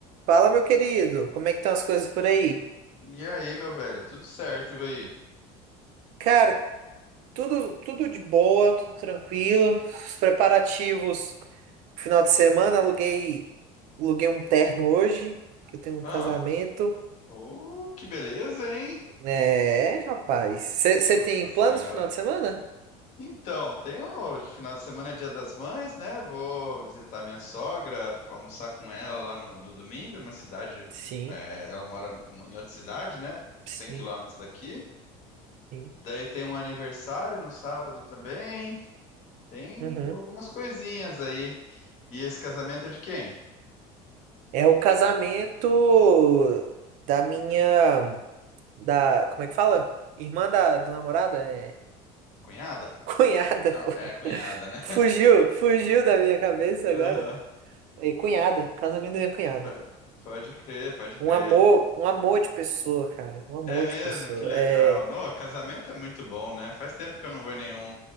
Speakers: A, on the right; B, on the left.
A: Fala, meu querido, como é que estão as coisas por aí?
B: E aí, meu velho, tudo certo, e aí?
A: Cara, tudo tudo de boa, tudo tranquilo. Os preparativos, final de semana, aluguei aluguei um terno hoje, que eu tenho um
B: Ah,
A: casamento.
B: oh, que beleza, hein?
A: É, rapaz. Você
B: Nossa
A: tem
B: Senhora.
A: planos pro final de semana?
B: Então, tem o final de semana é Dia das Mães, né? Vou visitar minha sogra, almoçar com ela lá no, no domingo, numa cidade.
A: Sim,
B: é, ela mora em outra cidade, né? Cem
A: sim,
B: quilômetros daqui.
A: sim.
B: Daí tem um aniversário no sábado também. Tem
A: Uhum.
B: algumas coisinhas aí. E esse casamento é de quem?
A: É o casamento da minha da, como é que fala? Irmã da, da namorada? é.
B: Cunhada?
A: Cunhada,
B: Não,
A: pô.
B: é cunhada, né?
A: Fugiu, fugiu da minha cabeça
B: <laughs> Aham.
A: agora. E cunhada, casamento da minha cunhada.
B: P- Pode crer, pode crer.
A: Um amor, um amor de pessoa, cara. Um amor
B: É mesmo,
A: de pessoa.
B: que legal.
A: É,
B: No casamento é muito bom, né? Faz tempo que eu não vou em nenhum.